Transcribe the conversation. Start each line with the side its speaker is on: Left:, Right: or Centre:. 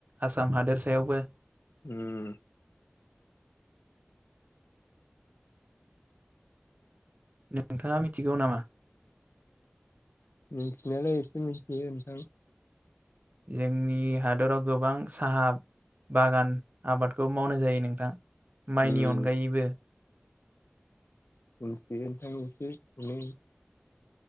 Right: आसाम हादोरसायावबो
Left: उम
Right: नोंथाङा मिथिगौ नामा?
Left: मिथिनायालाय एसे मिथियो नोंथां
Right: जोंनि हादराव गोबां साहा बागान आबादखौ मावनाय जायो नोंथां
Left: उम
Right: माइनि अनगायैबो
Left: <unintelligible>